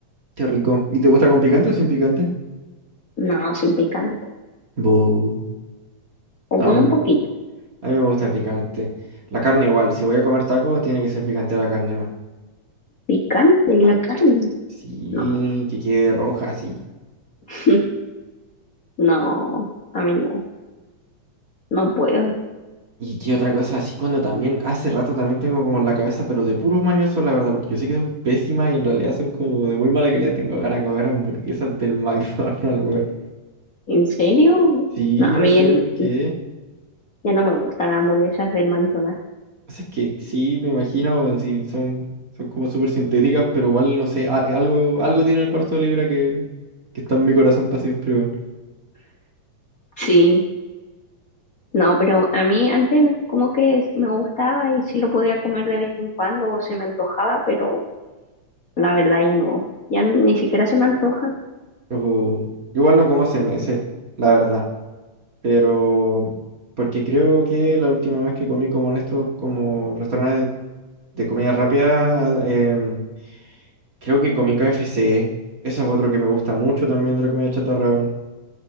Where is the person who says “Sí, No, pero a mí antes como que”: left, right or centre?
Left